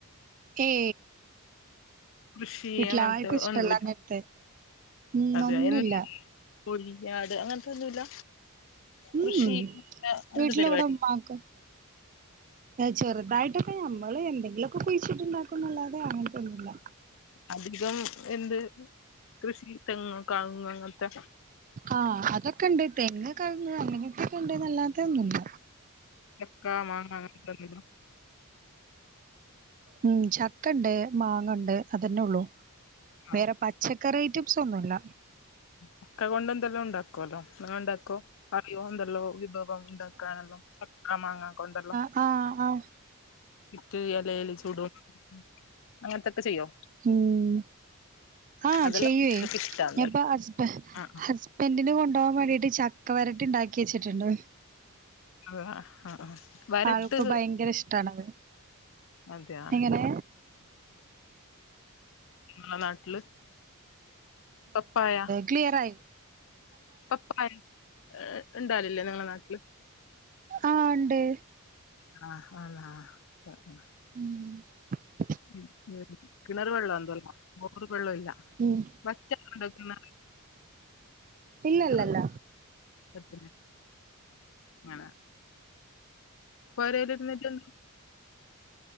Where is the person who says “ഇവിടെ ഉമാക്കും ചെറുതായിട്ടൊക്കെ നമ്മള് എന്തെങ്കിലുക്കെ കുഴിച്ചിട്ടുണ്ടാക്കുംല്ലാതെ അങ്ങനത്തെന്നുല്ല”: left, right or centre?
Right